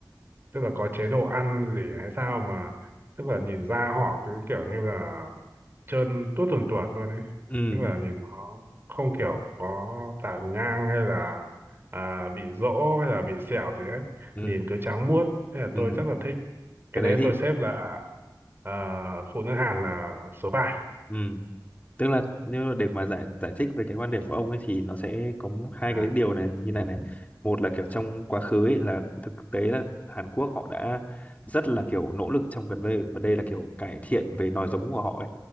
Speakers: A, on the right; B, on the left.
A: tức là có chế độ ăn gì hay sao mà tức là nhìn ra họ cứ kiểu như là trơn tuốt tuồn tuột luôn ấy
B: ừ.
A: tức là nhìn nó không kiểu có tàn nhang hay là à, bị rỗ hay là bị sẹo gì hết
B: ừ
A: nhìn cứ trắng muốt nên là
B: ừ
A: tôi rất là thích
B: cái
A: cái
B: đấy
A: đấy
B: thì
A: tôi xếp là à, phụ nữ Hàn là số ba
B: ừ tức là nếu mà để mà giải giải thích về cái quan điểm của ông ấy thì nó sẽ có m- hai
A: à
B: cái điều này như này này một là kiểu trong quá khứ ấy là thực tế là Hàn Quốc họ đã rất là kiểu nỗ lực trong gần đây và đây là kiểu cải thiện về nòi giống của họ ấy